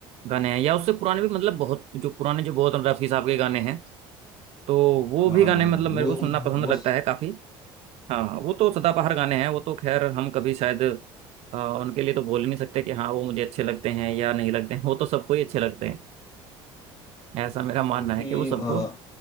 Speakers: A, on the right (about 55°); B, on the left (about 30°).
A: गाने हैं या उससे पुराने भी मतलब बहुत जो पुराने जो बहुत रफी साहब के गाने हैं तो वो
B: हाँ
A: भी
B: हाँ
A: गाने
B: हाँ,
A: मतलब मेरे
B: वो
A: को सुनना पसंद
B: वो
A: लगता
B: स-
A: है काफी हाँ वो तो सदाबहार गाने हैं वो तो खैर हम कभी शायद अ, उनके लिए तो बोल ही नहीं सकते कि हाँ वो मुझे अच्छे लगते हैं या नहीं लगते हैं वो तो सबको ही अच्छे लगते हैं ऐसा मेरा मानना
B: क्योंकि
A: है कि वो सबको
B: अ,